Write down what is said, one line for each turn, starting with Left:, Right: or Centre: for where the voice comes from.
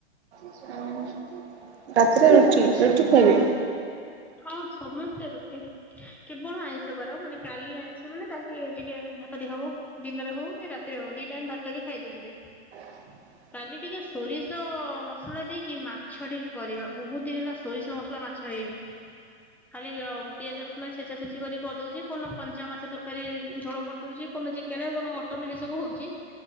Right: ହୁଁ ହୁଁ। ରାତିରେ ରୁଟି, ରୁଟି ଖାଇବେ?
Centre: ହଁ ସମସ୍ତେ ରୁଟି କେବଳ ଆଇଁଷ ବାର ମାନେ କାଲି ଆଇଁଷ ମାନେ ତାହେଲେ ଟିକେ ଭା ତ ଟେ ହବ ଦିନରେ ହଉ କି ରାତିରେ ହଉ ଦି ଟାଇମ ଭାତ ବି ଖାଇ ଦିଅନ୍ତି।
Right: <inaudible>
Centre: କାଲି ଟିକେ ସୋରିଷ ମସଲା ଦେଇକି ମାଛ ଟିକେ କରିବା, ବହୁତ ଦିନି ହେଲା ସୋରିଷ ମସଲା ମାଛ ହେଇନି। ଖାଲି ଅ ପିଆଜ ରସୁଣ ଛେଚାଛେଚି କରି କରି ଦଉଛି, କଉଦିନ କଞ୍ଚା ମାଛ ତରକାରୀ ଝୋଳ କରିଦଉଛି, କଉଦିନ ଚିକ ଚିକେନ କଉଦିନ ମଟନ ଏଇ ସବୁ ହଉଛି,